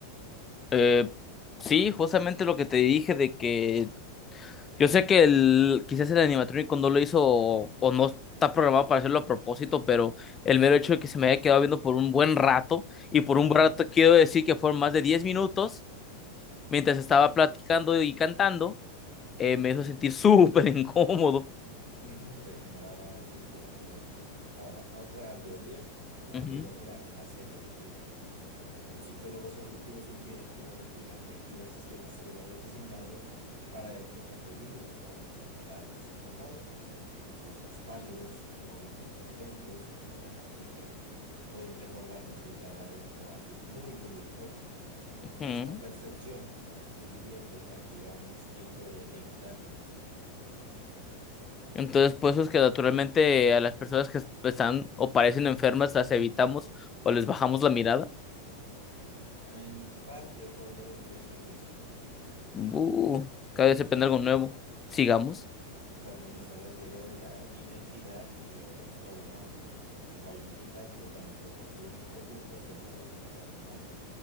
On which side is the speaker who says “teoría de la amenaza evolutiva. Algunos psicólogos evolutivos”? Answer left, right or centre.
Right